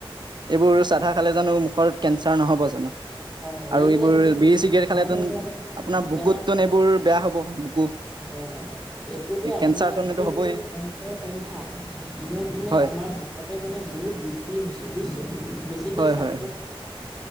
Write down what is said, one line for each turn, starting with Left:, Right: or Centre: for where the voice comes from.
Right: এইবোৰ চাধা খালে জানো মুখত কেঞ্চাৰ নহ'ব জানো
Centre: হয় হয়
Right: আৰু
Centre: এইবিলাক
Right: এইবোৰে
Centre: কিন্তু বহুত
Right: বিৰি চিগাৰেট
Centre: ভয়ানক
Right: খালেতেন
Centre: ভয়ানক
Right: আপোনাৰ
Centre: বেমাৰ
Right: বুকুততোন এইবোৰ বেয়া হ'ব বুকু
Centre: হয় হয় এইটোতো
Right: এই
Centre: আপোনাৰ
Right: কেঞ্চাৰতোন
Centre: আৰু
Right: এইটো
Centre: <unintelligible>
Right: হ'বই
Centre: সংখ্যা দিনক দিনে
Right: হয়
Centre: আমাৰ ভাৰতত মানে বহুত বৃদ্ধি হৈছে বুজিছে বেছিকৈ
Right: হয়
Centre: ছাত্ৰসকল
Right: হয় হয়